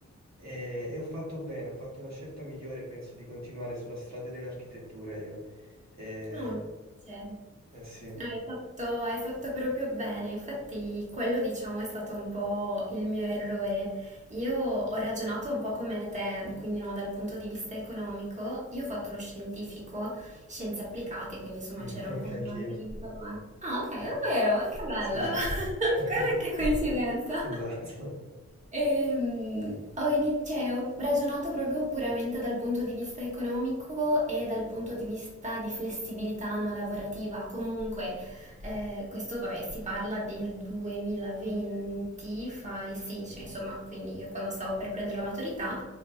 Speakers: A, on the right (about 65°); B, on the right (about 25°).
A: E, e ho fatto bene, ho fatto la scelta migliore e penso di continuare sulla strada dell'architettura io. Eh,
B: No, non c'è.
A: eh sì,
B: Hai fatto, hai fatto proprio bene, infatti quello diciamo è stato un po' il mio errore. Io ho ragionato un po' come te, quindi no, dal punto di vista economico, io ho fatto lo scientifico, scienze applicate, quindi insomma
A: Mm,
B: c'era
A: <laughs>
B: un
A: ok,
B: pochino
A: anch'io.
B: anche di informatica. Ah, ok, davvero? Che bello!
A: Sì, sì.
B: <laughs>
A: <laughs>
B: Guarda che coincidenza.
A: Esatto.
B: Ehm, ho, ini- cioè, ho ragionato proprio puramente dal punto di vista economico e dal punto di vista di flessibilità no, lavorativa. Comunque, eh, questo vabbè, si parla del 2020, fai sì, cioè, insomma, quindi io quando stavo per prendere la maturità